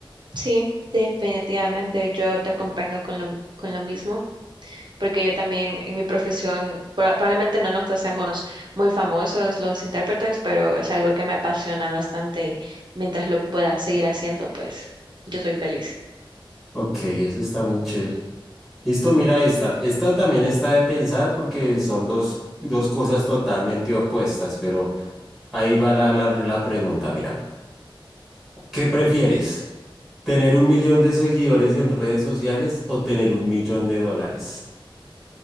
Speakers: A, on the right (about 55°); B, in the centre.
A: Sí, definitivamente yo te acompaño con lo, con lo mismo, porque yo también en mi profesión proba- probablemente no nos hacemos muy famosos los intérpretes, pero es algo que me apasiona bastante y mientras lo pueda seguir haciendo, pues yo soy feliz.
B: Ok, eso está muy chévere. Listo, mira esta. Esta también está de pensar porque son dos, dos cosas totalmente opuestas, pero ahí va la, la, la pregunta, mira. ¿Qué prefieres? ¿Tener un millón de seguidores en redes sociales o tener un millón de dólares?